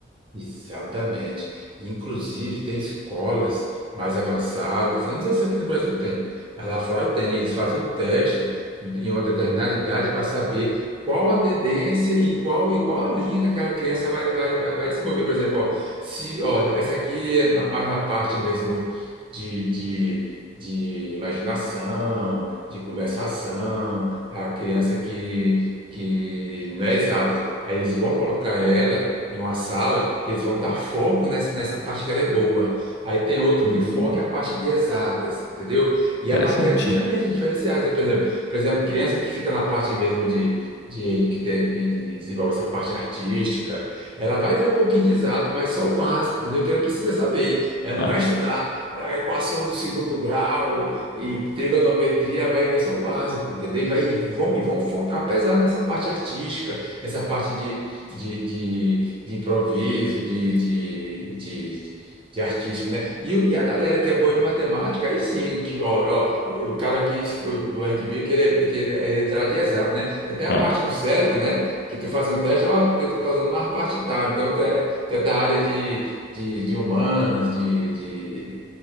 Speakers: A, on the right; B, on the left.
A: Exatamente. Inclusive, tem escolas mais avançadas. Eu não sei se aqui no Brasil tem, mas lá fora tem. Eles fazem um teste em uma determinada idade para saber qual a tendência e qual, e qual a linha que aquela criança vai, vai, vai, vai desenvolver. Por exemplo, ó, se, ó, essa aqui é ma- mais na parte mesmo de, de, de imaginação, de conversação, a criança que, que não é exata. Aí eles vão colocar ela em uma sala, que eles vão dar foco nessa, nessa parte que ela é boa. Aí tem outra
B: Hum.
A: que o foco é a parte de exatas, entendeu? E
B: Interessante.
A: a matéria é diferente, é diferenciada. Por exemplo, por exemplo, a criança que fica na parte mesmo de, de que tem, que desenvolve essa parte artística, ela vai ver um pouquinho de exata, mas só o básico, entendeu? O que ela precisa saber. Ela
B: Ah,
A: não vai estudar a equação do segundo grau e trigonometria, ela vai ver só o básico, entendeu? E, vai, e vão, e vão focar pesado nessa parte artística, nessa parte de, de, de de improviso, de, de, de, de artístico, né? E, o- e a galera que é boa de matemática, aí sim, que, ó, ó, o cara que foi, a gente viu que ele é, que ele é da área de exato, né? Tem até a
B: ah,
A: parte do cérebro, né? Que tu faz um teste, ó, porque tu tá usando mais parte tal. Então, tu é, tu é da área de, de, de humanas, de, de,